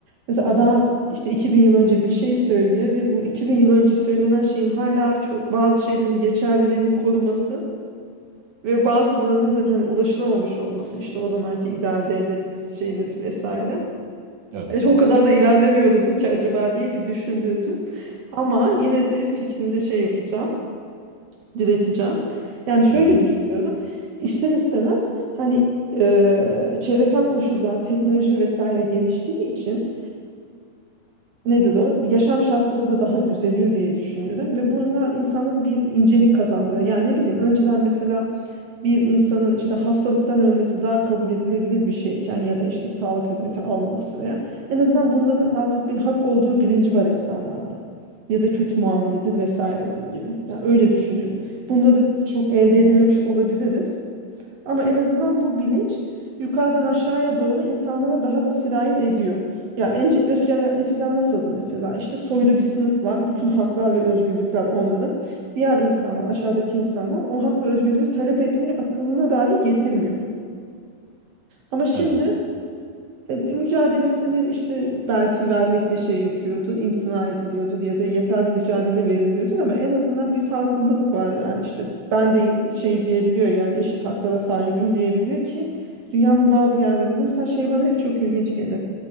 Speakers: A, on the right; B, on the right.
A: Mesela adam işte 2000 yıl önce bir şey söylüyor ve bu 2000 yıl önce söylenen şeyin hala çok, bazı şeylerin geçerliliğini koruması ve bazılarına da hani ulaşılamamış olması işte o zamanki ideal devlet şeyleri vesaire.
B: Evet.
A: E, o kadar da ilerlemiyoruz mu ki acaba diye bir düşündürdüm. Ama yine de fikrimde şey yapacağım, direteceğim. Yani şöyle
B: Evet.
A: düşünüyorum. İster istemez hani e, çevresel koşullar, teknoloji vesaire geliştiği için nedir o? Yaşam şartları da daha düzeliyor diye düşünüyorum. Ve bunlar insanlara bir incelik kazandırıyor. Yani ne bileyim önceden mesela bir insanın işte hastalıktan ölmesi daha kabul edilebilir bir şeyken ya da işte sağlık hizmeti almaması veya en azından bunların artık bir hak olduğu bilinci var insanlarda. Ya da kötü muameledir vesairedir gibi. Yani öyle düşünüyorum. Bunları çok elde edememiş olabiliriz. Ama en azından bu bilinç yukarıdan aşağıya doğru insanlara daha da sirayet ediyor. Ya ence- eskiden, eskiden nasıldı mesela? İşte soylu bir sınıf var. Bütün haklar ve özgürlükler onların. Diğer insanlar, aşağıdaki insanlar o hak ve özgürlüğü talep etmeyi akılına dahi getirmiyor. Ama şimdi
B: Evet.
A: e, mücadelesini işte belki vermekte şey yapıyordur, imtina ediliyordur ya da yeterli mücadele verilmiyordur ama en azından bir farkındalık var yani işte ben de in- şey diyebiliyor yani eşit haklara sahibim diyebiliyor ki dünyanın bazı yerlerinde mesela şey bana hep çok ilginç gelir.